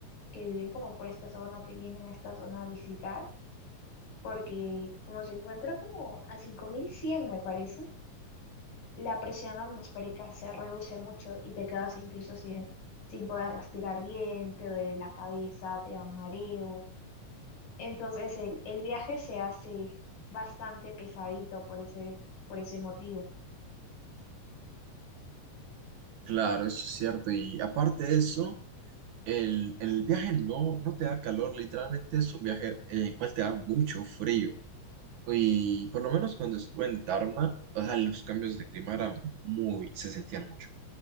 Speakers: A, on the left; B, on the right.
A: que viven como por esta zona o que vienen a esta zona a visitar, porque como se encuentra como a 5100 me parece. la presión atmosférica se reduce mucho y te quedas incluso sin, sin poder respirar bien, te duele la cabeza, te dan mareos. Entonces el, el viaje se hace bastante pesadito por ese, por ese motivo.
B: Claro, eso es cierto. Y aparte de eso, el, el viaje no, no te da calor, literalmente es un viaje en el cual te da mucho frío. Y por lo menos cuando estuve en Tarma, o sea, los cambios de clima eran muy, se sentían mucho,